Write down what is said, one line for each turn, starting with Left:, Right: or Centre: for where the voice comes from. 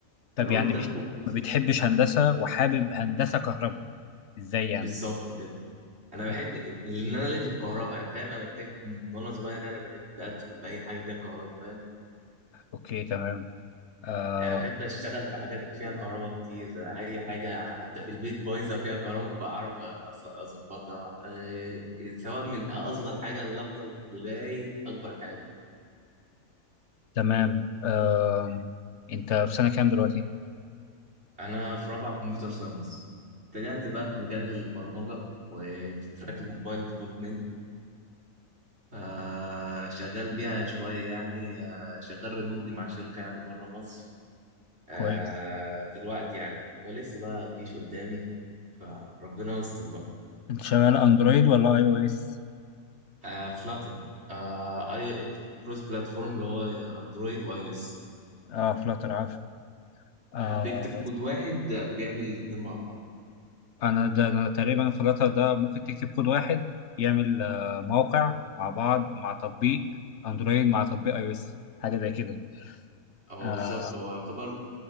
Left: طب
Right: فانا
Left: يعني
Right: قلت
Left: مش
Right: ادخل كمبيوتر
Left: ما بتحبش هندسة وحابب هندسة كهرباء ازاي يعني
Right: بالظبط كده انا بحب
Left: إزاي؟
Right: لان انا ليا في الكهرباء يعني فاهم انا بحب من وانا صغير انا بحب ادخل في اي حاجه فيها كهرباء فاهم
Left: اوكي تمام آه،
Right: يعني بحب اشتغل في حاجات فيها كهرباء كتير اي حاجه
Left: أوكي.
Right: حتى في البيت بايظه فيها كهرباء بعرف أص- اظبطها أه، سواء من اصغر حاجه اللمبه لغايه اكبر حاجه
Left: تمام آم. انت في سنة كام دلوقتي
Right: انا في رابعه كمبيوتر ساينس اتجهت بقى في مجال البرمجه وفي تراك الموبايل ديفلوبمنت آه، شغال بيها شويه يعني آه، شغال ريموتلي مع شركه يعني بره مصر آه،
Left: كويس
Right: دلوقتي يعني ولسه بقى الجيش قدامي فربنا يستر بقى
Left: انت شغال اندرويد ولا اي او اس
Right: آه، فلاتر آه، اي كروس بلاتفورم اللي هو اندرويد واي او اس
Left: اه فلاتر عفوا آه.
Right: بيكتب كود واحد آه، بيعمل الاتنين مع بعض
Left: انا ده انا تقريبا فلاتر ده ممكن تكتب كود واحد يعمل آه موقع مع بعض مع تطبيق اندرويد مع تطبيق اي او اس حاجة زي كده
Right: هو
Left: آه.
Right: بالظبط هو يعتبر